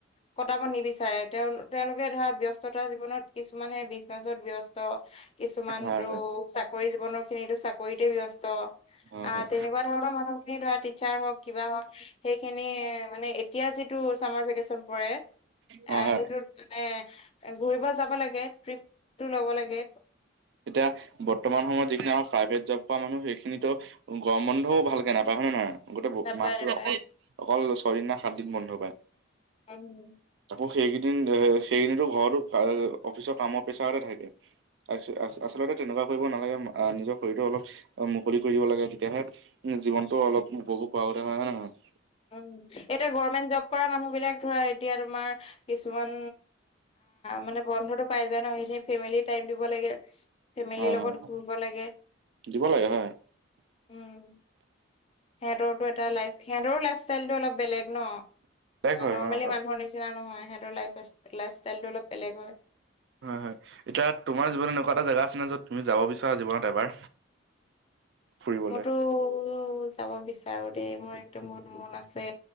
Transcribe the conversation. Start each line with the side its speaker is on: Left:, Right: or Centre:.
Left: কটাব নিবিচাৰে তেওঁ তেওঁলোকে ধৰা ব্য্স্ততা জীৱনত কিছুমানে নেত ব্য্স্ত কিছুমান
Right: হয়
Left: টো
Right: হয়
Left: চাকৰি জীৱনৰ খিনিো চাকৰিতে ব্যস্ত
Right: হয়
Left: অ
Right: হয়
Left: তেনেকুৱা ধৰণৰ মানুহ খিনি ধৰা টিচাৰ হওক কিবা হওক সেইখিনি মানে এতিয়া যিটো চামাৰ ভেকেচন পৰে
Right: হয়
Left: আহ
Right: হয়
Left: সেইটোত মানে ঘূৰিব যাব লাগে ট্ৰিপটো ল'ব লাগে
Right: এতিয়া বৰ্তমান সময়ত যিখিনি আমাৰ প্ৰাইভেট জব কৰা মানুহ সেইখিনিত টো গৰম বন্ধও ভালকে নাপায় হয় নে নহয় গোটেই
Left: নাপায়
Right: মাহটো
Left: নাপায়
Right: অকল অকল কৰিৰিনা হাতদিত বন্ধ পায়
Left: উম
Right: ৌ সেইকেইদিন সেইকেইিনো ঘৰতো অফিচৰ কামৰ পেছা এতে থাই দিয় আচলতে তেনেকুৱা কৰিব নালাগে নিজৰ শৰীৰ অলপ মুকলি কৰি দিব লাগে তেতিয়াহে টো অলপ বহু পাৱৰে হয় নে নহয়
Left: উ এতিয়া গৰ্মেণ্ট জব কৰা মানুহ বি ধৰা এতিয়া তোমাৰ কিছুমান মানে বন্ধতটো পাই যায় ন সেইখিনিেম টাইম দিব লাগে ফেমিলিৰ
Right: হয়
Left: লগত
Right: হয় হয়,
Left: ঘূৰিব লাগে
Right: দিব লাগে হয়
Left: উম সিহঁতৰো এটা লফ সিহঁতৰো লাইফ ষ্টাইলতটো অলপ বেলেগ ন
Right: তাইক হয়
Left: নৰ্মেলি
Right: হয় হয়
Left: মানুহৰ নিচিনা নহয় সিহঁতৰ ল লাইফ ষ্টাইলটো অলপ বেলেগ হয়
Right: হয় হয় এতিয়া তোমাৰ জীৱনত একুৱা এটা জাগগাছে ন যত তুমি যাব বিচাৰা জীৱনত এবাৰ ফুৰিবলৈ
Left: মইতো যাব বিচাৰো তাৰো দেই মোৰ একদম বহুত মন আছে